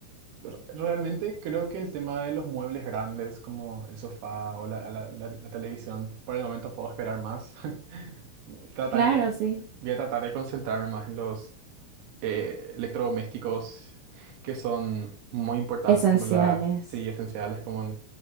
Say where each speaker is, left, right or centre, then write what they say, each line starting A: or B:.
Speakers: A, on the right (about 60°); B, on the right (about 90°).
A: re- realmente creo que el tema de los muebles grandes, como el sofá o la, la, la- la televisión, por el momento puedo esperar más. <laughs> Trataría,
B: Claro, sí.
A: voy a tratar de concentrarme más en los eh, electrodomésticos que son muy importantes,
B: Esenciales.
A: como la, sí, esenciales, como el-